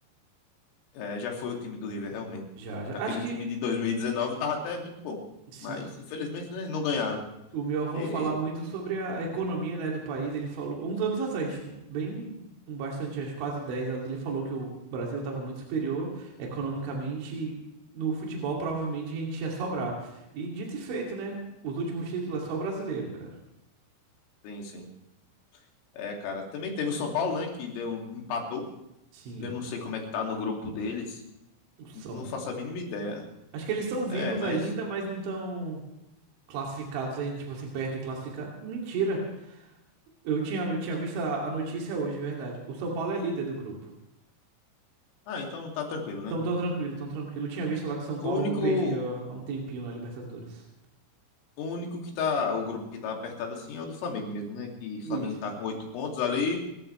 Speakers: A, on the left (about 85°); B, on the right (about 70°).
A: É, já foi o time do River, realmente.
B: Já, já.
A: Aquele
B: Acho que,
A: time de 2019 tava até muito bom.
B: sim,
A: Mas, infelizmente, né, não ganharam.
B: o meu avô
A: E,
B: fala muito sobre a economia, né, do país. Ele falou, uns anos atrás, tipo, bem, um bastante, acho que quase 10 anos, ele falou que o Brasil estava muito superior economicamente e no futebol provavelmente a gente ia sobrar. E dito e feito, né? Os últimos títulos é só brasileiro, cara.
A: sim, sim. É, cara. Também teve o São Paulo, né? Que deu, empatou.
B: Sim,
A: Eu não sei como é que tá no grupo deles.
B: são.
A: Não faço a mínima ideia.
B: Acho que eles são vivos
A: É, mas.
B: ainda, mas não estão. classificados ainda, tipo assim, perto de classificar. Mentira. Eu tinha, eu tinha visto a, a notícia hoje, é verdade. O São Paulo é líder do grupo.
A: Ah, então tá tranquilo, né?
B: Então, tão tranquilo, tão tranquilo. Eu tinha visto lá que São
A: O
B: Paulo
A: único,
B: não perdia há um tempinho na Libertadores.
A: O único que tá, o grupo que tá apertado assim é o do Flamengo mesmo, né? Que o
B: Isso.
A: Flamengo tá com oito pontos ali